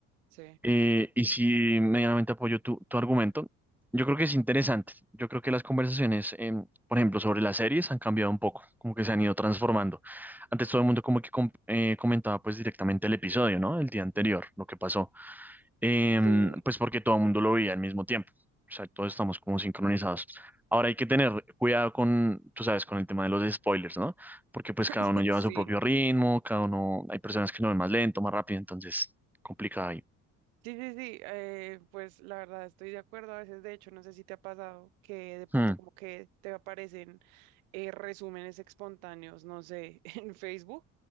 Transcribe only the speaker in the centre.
Eh, y si medianamente apoyo tu, tu argumento, yo creo que es interesante. Yo creo que las conversaciones, em, por ejemplo, sobre las series han cambiado un poco, como que se han ido transformando. Antes todo el mundo como que com- eh, comentaba pues directamente el episodio, ¿no? El día anterior, lo que pasó. Em,
pues porque todo el mundo lo veía al mismo tiempo. O sea, todos estamos como sincronizados. Ahora hay que tener cuidado con, tú sabes, con el tema de los spoilers, ¿no? Porque pues cada
uno lleva
su propio ritmo, cada uno, hay personas que lo ven más lento, más rápido, entonces complicado ahí.
Hmm.